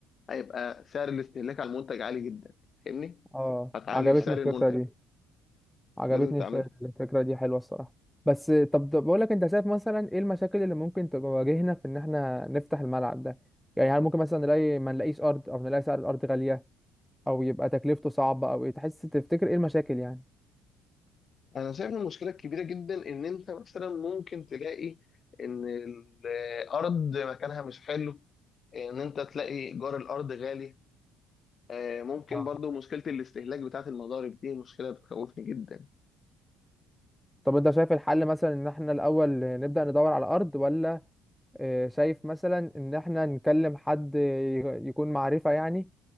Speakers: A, on the left (about 40°); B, in the centre.
A: هيبقى سعر الاستهلاك على المنتج عالي جدا فاهمني
B: اه
A: هتعلي
B: عجبتني
A: في سعر
B: الفكره
A: المنتج
B: دي عجبتني
A: لازم تعملها
B: الف- الفكرة دي حلوة الصراحة بس طب طب بقول لك انت شايف مثلا ايه المشاكل اللي ممكن تواجهنا في ان احنا نفتح الملعب ده يعني هل ممكن مثلا نلاقي ما نلاقيش ارض او نلاقي سعر الارض غالية او يبقى تكلفته صعبة او ايه تحس تفتكر ايه المشاكل يعني
A: انا شايف إن المشكله الكبيره جدا ان انت مثلا ممكن تلاقي ان الارض مكانها مش حلو ان انت تلاقي ايجار الارض غالي آه، ممكن
B: آه.
A: برضو مشكله الاستهلاك بتاعه المضارب دي مشكله بتخوفني جدا
B: طب انت شايف الحل مثلا ان احنا الاول نبدأ ندور على ارض ولا اه، شايف مثلا ان احنا نكلم حد ي- يكون معرفة يعني